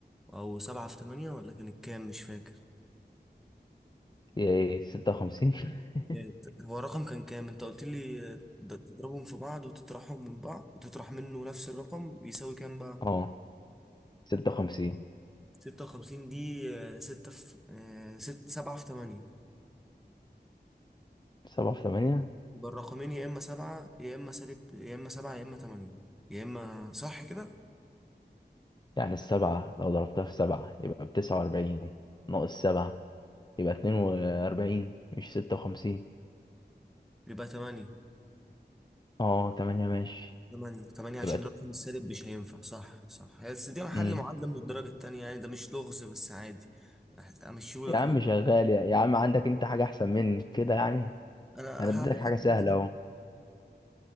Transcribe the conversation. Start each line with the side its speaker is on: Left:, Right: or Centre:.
Centre: او 7 في 8 ولا كانت كام مش فاكر
Left: ايه 56 <laughs>
Centre: إيه، هو الرقم كان كام انت قلت لي آه، ده تضربهم في بعض وتطرحهم من بعض وتطرح منه نفس الرقم يساوي كام بقى
Left: اه 56
Centre: 56 دي 6 في 6 7 في 8
Left: سبعة في 8
Centre: يبقى الرقمين يا اما 7 يا اما سالب يا اما 7 يا اما 8 يا اما صح كده
Left: يعني السبعة لو ضربتها في سبعة يبقى بتسعة وأربعين ناقص سبعة يبقى اتنين وأربعين مش ستة وخمسين
Centre: يبقى 8
Left: اه تمانية ماشي
Centre: تمانية تمانية
Left: يبقى
Centre: عشان الرقم السالب مش هينفع صح صح هي بس دي محل
Left: امم
Centre: معادلة من الدرجة التانية يعني ده مش لغز بس عادي أمشيهولك
Left: يا عم
Centre: لغز
Left: شغال يا يا عم عندك انت حاجة أحسن من كده يعني
Centre: أنا
Left: أنا اديتك
Centre: هقول
Left: حاجة
Centre: لك
Left: سهلة
Centre: حاجة سهلة.
Left: أهو